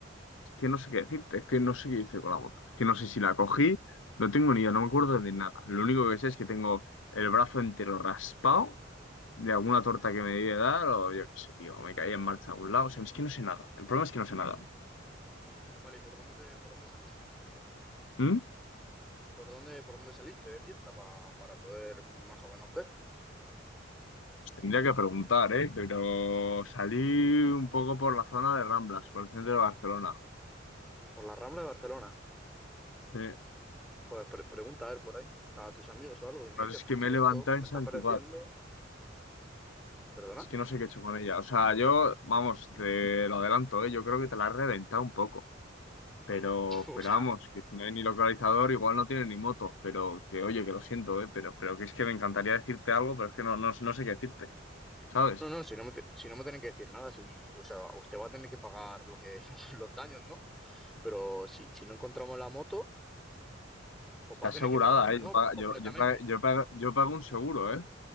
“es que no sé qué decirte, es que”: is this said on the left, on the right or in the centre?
Left